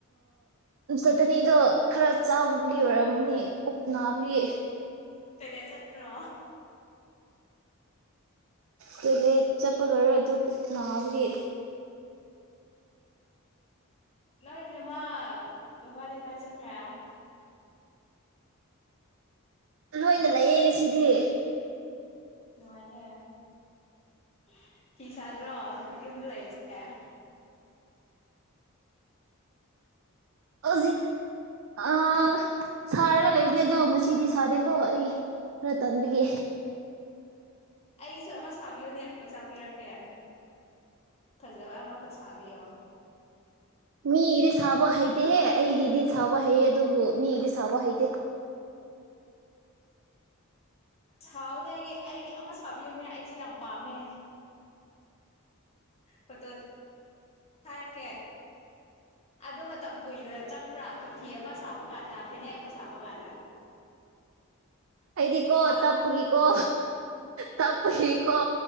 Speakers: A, on the right; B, on the left.
A: ꯆꯠꯇꯅꯤꯗꯣ ꯈꯔ ꯆꯥꯕꯒꯤ ꯑꯣꯏꯔꯝꯃꯤꯅꯦ ꯄꯨꯛ ꯅꯥꯕꯒꯤ
B: ꯆꯩꯅ ꯆ꯭ꯔꯣ
A: ꯇꯨꯂꯦ ꯆꯠꯄ ꯂꯣꯏꯔꯣꯏ ꯑꯗꯨ ꯄꯨ ꯕꯒꯤ
B: ꯅꯣꯏꯣꯏꯅꯦꯃ ꯃ ꯃꯥꯔꯦ ꯀꯥ ꯆ ꯈ
A: ꯂꯣꯏꯅ ꯂꯩꯌꯦ ꯉꯁꯤꯗꯤ
B: ꯅꯨꯡꯉꯥꯏꯅꯦꯤꯁ ꯣ ꯌꯨꯝꯗ ꯂꯩꯕꯦ ꯑꯦ
A: ꯍꯧꯖꯤꯛ ꯑ ꯁꯔꯒ ꯂꯩꯕꯅꯤꯡ ꯑꯗꯨꯅ ꯁꯤꯤꯕꯤꯤ ꯊꯗꯦꯀꯣ ꯑꯩ ꯈꯔ ꯇꯥꯟꯕꯤꯒꯦ
B: ꯑꯩꯁꯨꯁꯕꯤꯣꯅꯦ ꯄꯩꯁꯥ ꯄꯤꯔꯛꯀꯦ ꯐꯖꯕ ꯑꯃ ꯁꯥꯕꯤꯌꯣ
A: ꯃꯤꯒꯤꯗꯤ ꯁꯥꯕ ꯍꯩꯇꯦꯍꯦ ꯑꯩꯒꯤꯗꯤ ꯁꯥꯕ ꯍꯩꯑ ꯑꯗꯨꯕꯨ ꯃꯤ ꯏꯗꯤ ꯁꯕ ꯍꯥꯏꯗꯦ
B: ꯁꯥꯎꯎꯅꯦ ꯑꯩꯒꯤ ꯑꯩꯒꯤ ꯑꯃ ꯁꯥꯕꯤꯌꯨꯅꯦ ꯑꯩꯁꯦ ꯌꯥꯝ ꯄꯥꯝꯃꯦ ꯐꯣꯇꯣ ꯊꯔꯛꯀꯦ ꯑꯗꯣ ꯃꯇꯝ ꯀꯨꯏꯅ ꯆꯪꯕ꯭ꯔꯥ ꯐꯐꯤ ꯑꯃ ꯁꯥꯕ ꯀꯥꯟꯗ ꯐꯅꯦꯛ ꯑꯃ ꯁꯥꯕ ꯀꯥꯟꯗ
A: ꯑꯩꯗꯤ ꯀꯣ
B: ꯊꯥ
A: ꯇꯞꯒꯤ ꯀꯣ ꯇꯞꯒꯤ ꯀꯣ